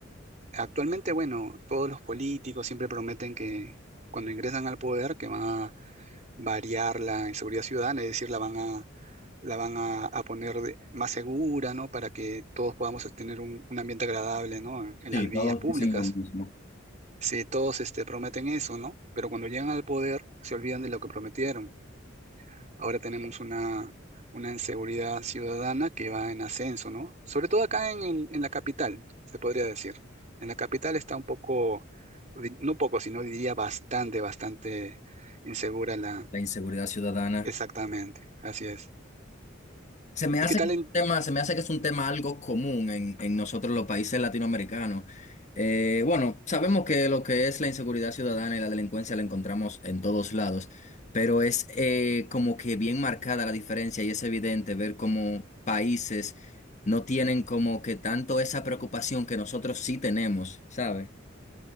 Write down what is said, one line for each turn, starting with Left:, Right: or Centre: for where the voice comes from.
Right: Actualmente, bueno, todos los políticos siempre prometen que cuando ingresan al poder que van a variar la inseguridad ciudadana, es decir, la van a, la van a, a poner de- más segura, ¿no? Para que todos podamos tener un, un ambiente agradable, ¿no? En, en las
Left: Sí,
Right: vías
Left: todos
Right: públicas.
Left: dicen lo mismo.
Right: Sí, todos este, prometen eso, ¿no? Pero cuando llegan al poder se olvidan de lo que prometieron. Ahora tenemos una, una seguridad ciudadana que va en ascenso, ¿no? Sobre todo acá en, el- en la capital, se podría decir. En la capital está un poco, di- no poco, sino diría bastante, bastante insegura la...
Left: La inseguridad ciudadana.
Right: Exactamente, así es.
Left: Se me
Right: ¿Y
Left: hace
Right: qué tal
Left: que es
Right: en...
Left: un tema, se me hace que es un tema algo común en, en nosotros los países latinoamericanos. Eh, bueno, sabemos que lo que es la inseguridad ciudadana y la delincuencia la encontramos en todos lados, pero es eh, como que bien marcada la diferencia y es evidente ver cómo países no tienen como que tanto esa preocupación que nosotros sí tenemos, ¿sabes?